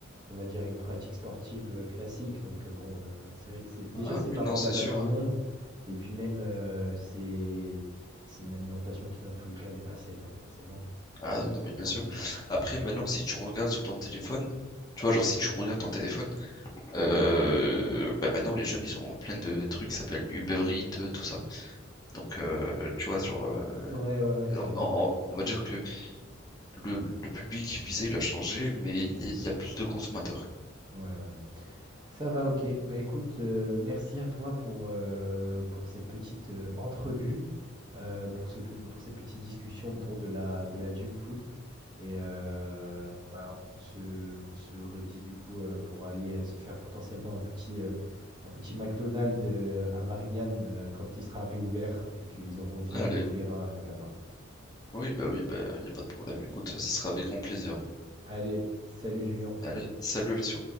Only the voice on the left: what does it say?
Ah
oui,
non,
c'est sûr.
hein.
Ah oui, non, mais bien
sûr.
Après, maintenant, si tu regardes sur ton téléphone, tu vois, genre,
si tu
regardes ton téléphone, euh, bah maintenant, les jeunes, ils ont plein de trucs qui s'appellent Uber Eats, euh, tout ça. Donc, euh, tu vois, genre, euh,
on, on- on va dire que le, le public visé, il a changé, mais il y, a- il y a plus de consommateurs.
Allez,
oui, bah oui, bah, il n'y a pas de problème. Écoute, ce sera avec grand plaisir.
Allez, salut les